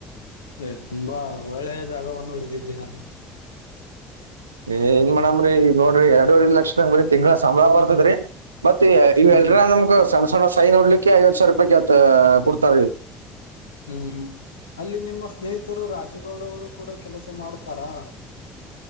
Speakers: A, on the left (about 85°); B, on the right (about 80°).
A: ಏ ತುಂಬಾ ಒಳ್ಳೆಯ ಜಾಗವನ್ನು ಹಿಡಿದಿದ್ದೀರಾ.
B: ಏ ಏನ್ ಮಾಡಮ್ರರಿ ಈಗ ನೋಡ್ರಿ ಎರಡೂವರಿ ಲಕ್ಷ ಅಂದ್ರ ತಿಂಗಳ ಸಂಬಳ ಬರ್ತದರ್ರಿ. ಮತ್ತ ಇವೆ ಇವೆಲ್ರ
A: ಹ್ಮ್
B: ನಮ್ಗ ಸಣ್ಣ ಸಣ್ಣ ಸೈ ನೋಡ್ಲಿಕ್ಕೆ ಎರಡು ಎರಡು ಸಾವಿರ ರೂಪಾಯಿ ಕೇಳ್ತಾ ಕೊಡ್ತಾರ.
A: ಹ್ಮ್ ಹ್ಮ್ ಅಲ್ಲಿ ನಿಮ್ಮ ಸ್ನೇಹಿತರು ರಾಜಗೌಡ ಅವರು ಕೂಡ ಕೆಲಸ ಮಾಡ್ತಾರಾ.